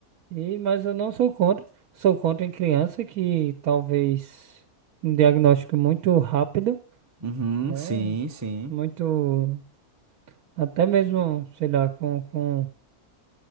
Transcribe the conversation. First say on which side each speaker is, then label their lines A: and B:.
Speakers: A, on the right (about 80°); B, on the right (about 20°).
A: E, mas eu não sou contra. Sou contra em criança que talvez um diagnóstico muito rápido,
B: Uhum,
A: né?
B: sim, sim,
A: Muito, até mesmo, sei lá, com, com,